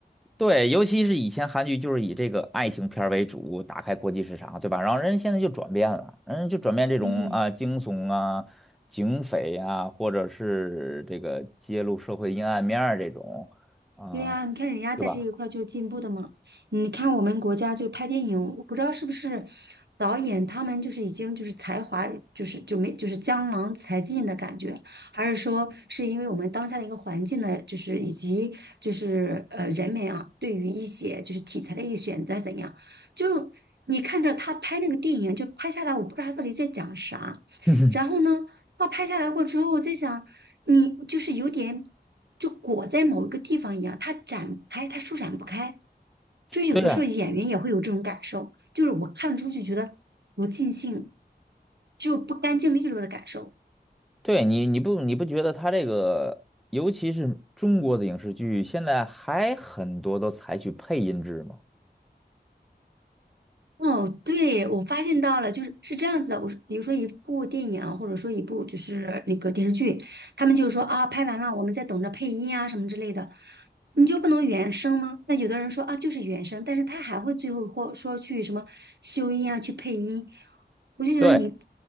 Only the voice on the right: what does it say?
嗯。
对呀，你看人家在这一块儿就进步的嘛。
你看我们国家就拍电影，我不知道是不是导演他们就是已经就是才华就是就没就是江郎才尽的感觉，还是说是因为我们当下的一个环境呢，就是以及就是呃人们啊对于一些就是题材的一个选择怎样，就你看着他拍那个电影就拍下来，我不知道他到底在讲啥。
然后呢，画拍下来过之后，我在想，你就是有点就裹在某一个地方一样，它展不开，它舒展不开。就有的时候演员也会有这种感受，
就是我看了之后就觉得不尽兴，就不干净利落的感受。
哦，对，我发现到了，就是是这样子的。我说，比如说一部电影啊或者说一部就是那个电视剧，他们就是说啊，拍完了，我们在等着配音啊什么之类的，你就不能原声吗？那有的人说啊，就是原声，但是他还会最后或说去什么修音啊，去配音，我就觉得你，